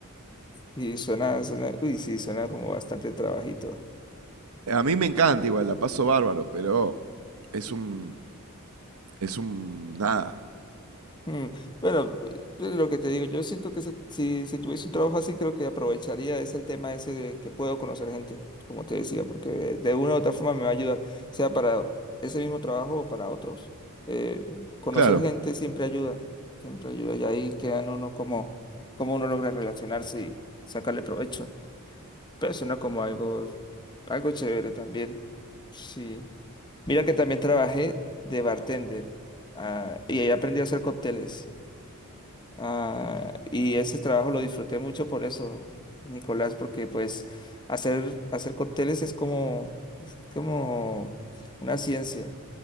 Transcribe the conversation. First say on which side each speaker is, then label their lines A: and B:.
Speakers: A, on the left (about 20°); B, on the right (about 80°).
A: Sí, suena, suena, uy, sí, suena como bastante trabajito.
B: A mí me encanta igual, la paso bárbaro, pero es un... es un... nada.
A: Mm, Bueno, eh, lo que te digo, yo siento que se- si, si tuviese un trabajo así, creo que aprovecharía es el tema ese de que puedo conocer gente, como te decía, porque de una u otra forma me va a ayudar, sea para ese mismo trabajo o para otros. Eh, conocer
B: Claro.
A: gente siempre ayuda, siempre ayuda, y ahí quedan uno como, como uno logra relacionarse y sacarle provecho. Pero suena como algo, algo chévere también. Sí. Mira que también trabajé de bartender, ah, y ahí aprendí a hacer cócteles. Ah, y ese trabajo lo disfruté mucho por eso, Nicolás, porque pues hacer, hacer cócteles es como, es como una ciencia.